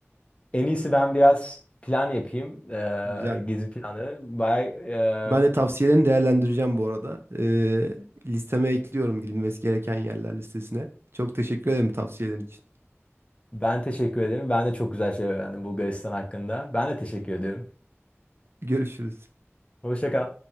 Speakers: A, on the left; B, on the right.
A: En iyisi ben biraz plan yapayım. Ee,
B: <laughs> Güzel.
A: gezi planı. Bay, e,
B: Ben de tavsiyelerini değerlendireceğim bu arada. E, listeme ekliyorum gidilmesi gereken yerler listesine. Çok teşekkür ederim tavsiyelerin için.
A: ben teşekkür ederim. Ben de çok güzel şey öğrendim Bulgaristan hakkında. Ben de teşekkür ediyorum.
B: Görüşürüz.
A: Hoşça kal.